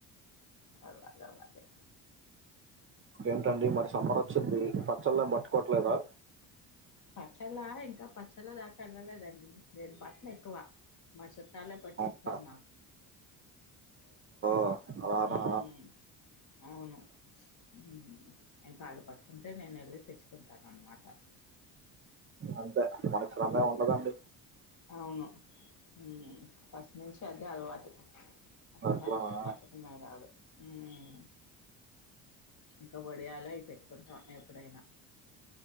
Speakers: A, on the left (about 40°); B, on the right (about 30°).
A: అలాగలాగే
B: ఏంటండి మరి సమ్మర్ ఒచ్చింది పచ్చళ్ళ ఏం పట్టుకోట్లేదా.
A: పచ్చళ్ళా ఇంకా పచ్చళ్ళ దాకా ఎళ్ళలేదండి నేన్ పట్నేక్కువ మా చుట్టాలే పట్టిస్తార్
B: అవునా
A: నాకు.
B: అ అలానా
A: ఉమ్ అవును మ్మ్ ఇంకాళ్ళు పట్టుకుంటే నేను ఎళ్ళి తెచ్చుకుంటానన్నమాట. <inaudible>
B: అంతే <unintelligible> ఉండదండి.
A: అవును హ్మ్ ఫస్ట్ నుంచి అదే అలవాటు. అట్లు
B: అట్లానా
A: పచ్చడి పట్టుకుండంరాదు మ్మ్... ఇంక వొడియాలయి పెట్టుకుంటాం ఎప్పుడైన.